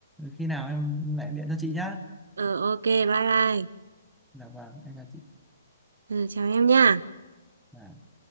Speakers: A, in the centre; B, on the right.
A: khi nào em lại điện cho chị nhá.
B: ờ ok bye bye
A: Dạ vâng, em chào chị.
B: ừ, chào em nha
A: Dạ.